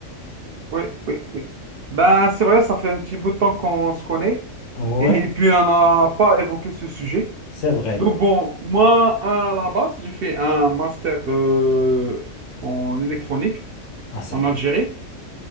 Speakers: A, on the right; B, on the left.
A: Oui, oui, oui. Ben, c'est vrai, ça fait un petit bout de temps qu'on se connaît
B: Ouais,
A: et <laughs> puis on n'a pas évoqué ce sujet.
B: c'est vrai.
A: Donc bon, moi, à la base, j'ai fait un master euh, en électronique
B: Ah, c'est
A: en
B: bien.
A: Algérie.